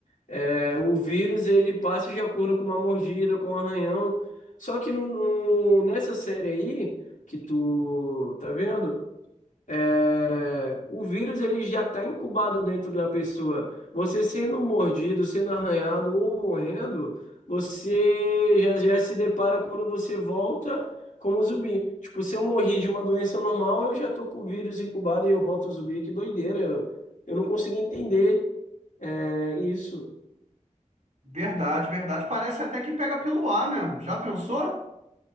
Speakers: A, on the left; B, on the right.
A: é, o vírus ele passa de acordo com uma mordida, com um arranhão. Só que no, no, nessa série aí, que tu tá vendo? é, o vírus ele já está incubado dentro da pessoa. Você sendo mordido, sendo arranhado ou morrendo, você já, já se depara quando você volta como zumbi. Tipo, se eu morri de uma doença normal, eu já tô com o vírus incubado e eu volto zumbi. Que doideira! Eu, eu não consegui entender é, isso.
B: Verdade, verdade. Parece até que pega pelo ar, né? Já pensou?